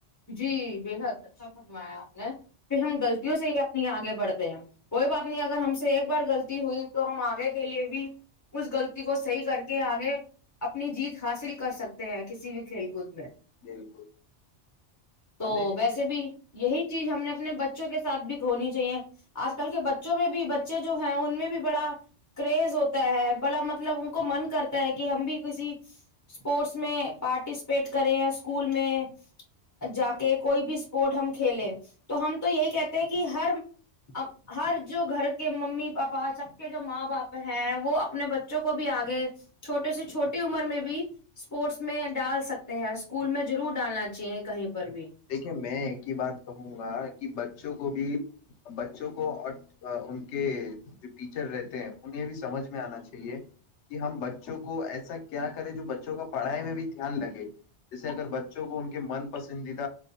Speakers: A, on the left (about 20°); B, on the left (about 75°).
A: جی بےحد اچھا فنمایا آپ نے پھر ہم غلطوں سے ہی اپنی آگے بڑھتے ہیں کوئی بات نہیں اگر ہم سے ایک بار غلطی ہوئی تو ہم آگے کے لیے بھی اس غلطی کو صحیح کر کے آگے اپنی جیت حاصل کر سکتے ہیں کسی بھی کھیل کود میں
B: بالکل
A: تو
B: ہمیں
A: ویسے بھی یہی چیز ہم نے اپنے بچ بچوں کے سھ بھی ہوھنی چاہیے آج کل کے بچوں میں بھی بچے جو ہیں ان میں بھی بڑا کریز ہوتا ہے بڑا مطلب ان کو من کرتا ہے کہ ہم بھی کسی اسپورٹس میں پارٹیسپیٹ کریں یا اسکول میں جا کے کوئی بھی اسپورٹ ہم کھیلے تو ہم تو یہی کہتے ہیں کہ ہر ہر جو گھر کے ممی پاپا سب کے جو ماں باپ ہیں وہ اپنے بچوں کو بھی آگے چھوٹے سے چھوٹی عمر میں بھی اسپورٹس میں ڈال سکتے ہیں اسکول میں ضرور ڈالنا چاہیے کہیں پر بھی
B: دیکھیے میں ایک ہی بات کہوں گا بت چ گوبھی بچوں کو اور ان کے جو ٹیچر رہتے ہیں انہیں بھی سمجھ میں آنا چاہیے کہ ہم بچوں کو ایسا کیا کریں جو بچوں کا پڑھائی میں بھی دھیان لگے جیسے اگر بچ کو ان کے من پسندید